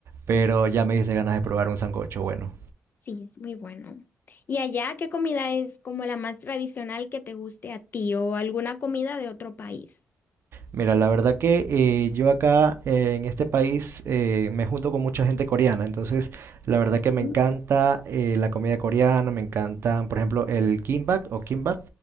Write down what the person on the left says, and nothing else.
Sí, es muy bueno. ¿Y allá qué comida es como la más tradicional que te guste a ti o alguna comida de otro país?
Mm,